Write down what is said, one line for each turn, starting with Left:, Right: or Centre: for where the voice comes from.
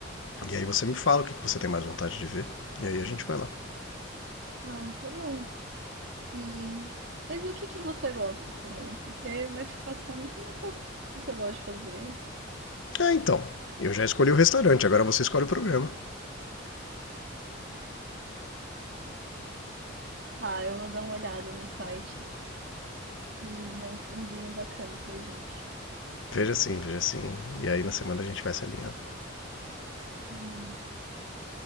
Left: E aí você me fala o que você tem mais vontade de ver. E aí a gente vai lá.
Right: Ai, tá bom. E... Mas e o que que você gosta também? Porque vai ficar só muito no que eu, no que eu gosto de fazer.
Left: Ah, então. Eu já escolhi o restaurante, agora você escolhe o programa.
Right: Ah, eu vou dar uma olhada no site e ver um filmezinho bacana pra gente.
Left: Veja assim, veja assim. E aí na semana a gente vai se alinhando,
Right: Hum.